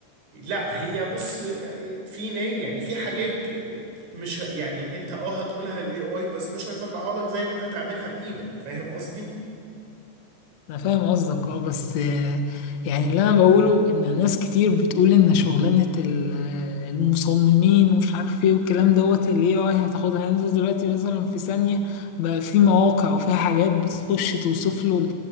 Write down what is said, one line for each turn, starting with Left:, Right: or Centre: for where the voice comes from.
Right: لا هي بص في نا- يعني في حاجات مش ه- يعني انت اه هتقولها الاي اي بس مش هيطلعها لك زي ما انت هتعملها بايدك فاهم قصدي
Left: انا فاهم قصدك اه بس آه، يعني اللي انا بقوله ان ناس كتير بتقول ان شغلانة ال- آه، المصممين ومش عارف ايه والكلام دوت اللي هي هتاخدها يعني انت دلوقتي مثلا في ثانية بقى في مواقع وفيها حاجات بتخش توصف له